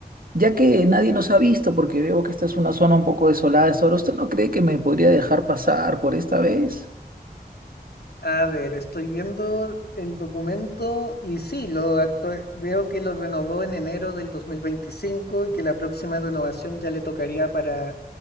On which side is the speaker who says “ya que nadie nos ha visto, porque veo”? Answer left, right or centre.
Right